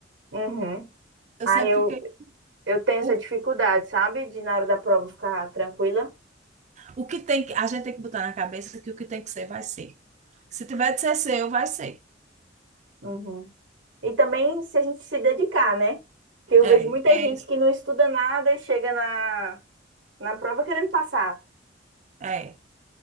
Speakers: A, on the right; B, on the right.
A: Uhum.
B: Eu
A: Ah,
B: sempre
A: eu,
B: fiquei.
A: eu tenho essa
B: O
A: dificuldade, sabe? De na hora da prova ficar tranquila.
B: O que tem que, a gente tem que botar na cabeça que o que tem que ser, vai ser. Se tiver de ser seu, vai ser.
A: Uhum. E também se a gente se dedicar, né? Porque eu
B: É,
A: vejo muita
B: é
A: gente
B: isso.
A: que não estuda nada e chega na, na prova querendo passar. <laughs>
B: É.